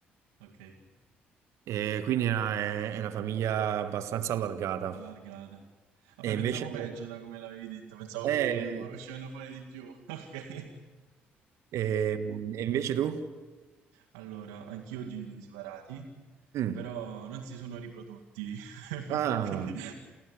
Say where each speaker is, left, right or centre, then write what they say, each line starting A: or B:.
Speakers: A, on the right; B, on the right.
A: Ok.
B: E quindi è una, è- è una famiglia abbastanza allargata.
A: Allargata. Vabbè,
B: E invece,
A: pensavo peggio da come l'avevi detto, pensavo
B: eh,
A: che uscivano fuori di più. <laughs> Ok.
B: eh, ehm, e invece tu?
A: Allora, anch'io ho genitori separati,
B: Mm.
A: però non si sono riprodotti. <laughs>
B: Ah,
A: Quindi...